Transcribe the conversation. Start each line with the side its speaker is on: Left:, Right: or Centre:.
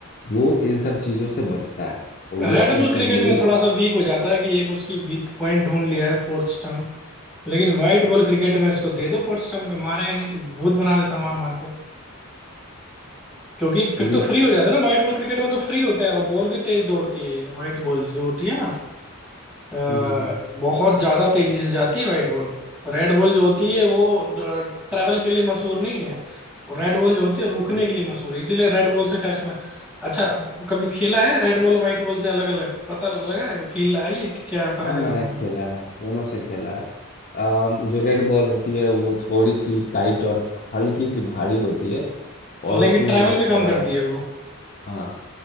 Left: वो इन सब चीजों से बचता है और वो
Centre: रेड
Left: अपने
Centre: बुल
Left: कमजोरी
Centre: क्रिकेट में
Left: को
Centre: थोड़ा सा वीक हो जाता है कि एक उसकी वीक पॉइंट ढूंढ लिया है फोर्थ स्टंप, लेकिन व्हाइट बॉल क्रिकेट में इसको दे दो हॉट स्टम्प पे मारेगा नहीं तो भूत बना देता मार मार के क्योंकि फिर
Left: ये भी
Centre: तो फ्री
Left: है
Centre: हो जाता है ना व्हाइट बॉल क्रिकेट में तो फ्री होता है और बॉल भी तेज दौड़ती है ये व्हाइट बॉल जो होती है ना अ,
Left: हम्म हम्म हम्म
Centre: बहुत ज्यादा तेजी से जाती है व्हाइट बॉल रेड बॉल जो होती है वो ट्रेवल के लिए मशहूर नहीं है रेड बॉल जो होती है रुकने
Left: बिल्कुल।
Centre: के लिए मशहूर है इसीलिए रेड बॉल से टेस्ट में अच्छा कभी खेला है रेड बॉल व्हाइट बॉल से अलग अलग पता लगा है फील आई है कि क्या फर्क
Left: हाँ
Centre: है
Left: मैंने
Centre: दोनों
Left: खेला
Centre: में
Left: है दोनों से खेला है अम, जो रेड बॉल होती है वो थोड़ी सी टाइट और हल्की सी भारी होती है और
Centre: लेकिन
Left: उसमें
Centre: ट्रैवल
Left: एक
Centre: भी कम
Left: अ,
Centre: करती है वो
Left: हाँ